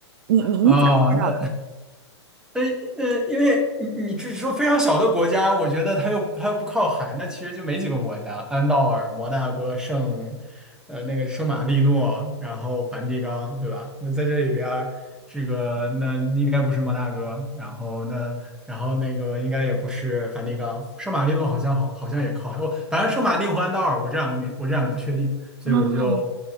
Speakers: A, on the right; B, in the centre.
A: 你你你咋猜到的？
B: 哦，那呃呃，因为你你只说非常小的国家，我觉得它又它又不靠海，那其实就没几个国家：安道尔、摩纳哥、圣，呃，那个圣马力诺，然后梵蒂冈，对吧？那在这里边儿，这个那应该不是摩纳哥，然后那然后那个应该也不是梵蒂冈，圣马力诺好像好好像也靠海，我反正圣马力和安道尔，我这两个名我这两个不确定，所以我就
A: 啊，